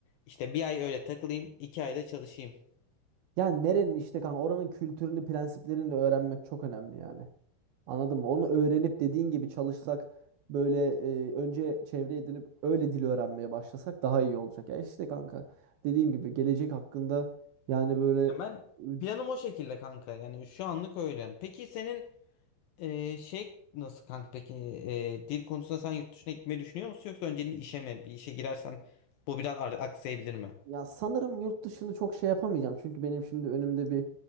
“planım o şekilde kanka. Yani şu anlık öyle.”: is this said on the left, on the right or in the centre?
Left